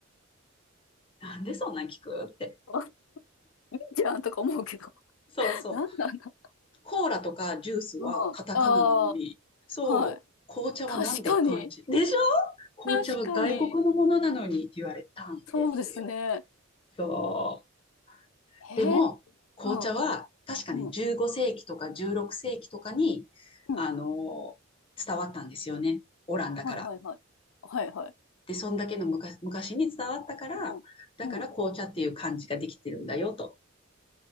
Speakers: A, on the left; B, on the left.
A: なんでそんなん聞くって。
B: あ、いいじゃんとか思うけど。
A: そうそう。
B: <laughs> なんなんだ。
A: コーラとかジュースはカタカナなのに、
B: うん。ああ、
A: そう、
B: はい。
A: 紅茶はなんで漢字でしょ
B: 確かに。
A: 紅茶は外国のものなのにって言われたんですよ。
B: 確かに。そうですね。
A: そう。
B: えー、
A: でも、紅茶は確かに15世紀とか16世紀とかに、
B: うん。うん。うん。
A: あの、伝わったんですよね。オランダから。
B: はいはいはい。はいはい。
A: で、そんだけの昔昔に伝わったから、
B: うん。
A: だから紅茶っていう漢字ができてるんだよと。
B: うん。